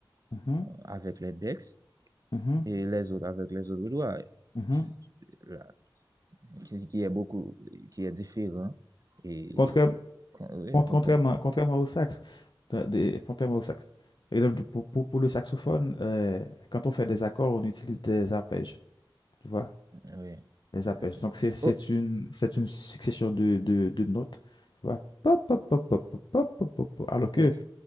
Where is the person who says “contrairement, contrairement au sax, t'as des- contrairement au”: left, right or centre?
Left